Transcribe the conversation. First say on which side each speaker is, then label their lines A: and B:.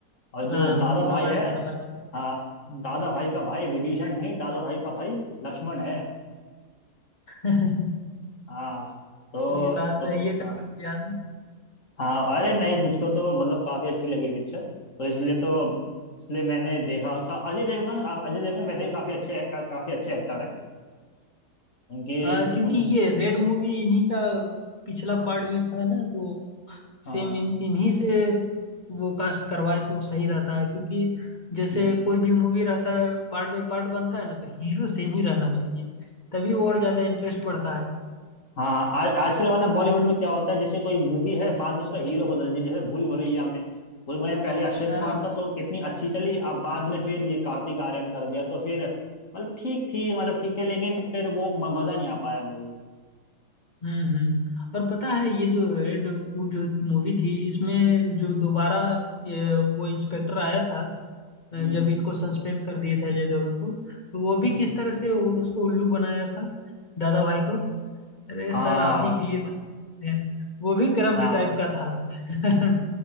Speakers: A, on the left; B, on the left.
A: और जो
B: हाँ
A: दादा
B: हमको तो
A: भाई
B: हमारे
A: है
B: घर वाला
A: हाँ दादा भाई का भाई विभीषण नहीं दादा भाई का भाई लक्ष्मण है
B: <laughs>
A: हाँ तो
B: सही बात
A: तो
B: है ये डायलॉग
A: हाँ
B: याद है
A: हाँ, अरे नहीं मुझको तो मतलब काफी अच्छी लगी पिक्चर तो इसलिए तो इसलिए मैंने देखा अ- अजय देवगन अ- अजय देवगन वैसे ही काफी अच्छे का, काफी अच्छे एक्टर हैं उनकी
B: हाँ क्योंकि
A: उनकी
B: ये रेड मूवी इन्हीं का पिछला पार्ट भी था ना तो
A: हाँ
B: सेम इन इन्हीं से वो कास्ट करवाए तो सही रहता है क्योंकि
A: हम्म।
B: जैसे कोई भी मूवी रहता है पार्ट बाय पार्ट बनता है ना तो हीरो सेम ही रहना चाहिए तभी और ज्यादा इंटरेस्ट बढ़ता है
A: हाँ आज आजकल वरना बॉलीवुड में क्या होता है जैसे कोई मूवी है बाद में उसका हीरो बदल जैसे भूल भुलैया में भूल भुलैया पहले अक्षय
B: हाँ,
A: कुमार था तो कितनी अच्छी चली अब बाद में फिर ये कार्तिक आर्यन कर दिया तो फिर मतलब ठीक थी मतलब ठीक थे लेकिन फिर वो म- मजा नहीं आ पाया मूवी
B: हम्म हम्म और पता है ये जो रेड टू जो मूवी थी इसमें जो दोबारा ये, वो इंस्पेक्टर आया था अ,
A: हम्म
B: जब इनको सस्पेंड कर दिए थे अजय देवगन को तो वो भी
A: हम्म
B: किस तरह से उसको उल्लू बनाया था दादा भाई को अरे
A: हाँ
B: सर आप ही के लिए तो सीखे हैं वो भी करप्ट
A: हाँ
B: टाइप का था <laughs>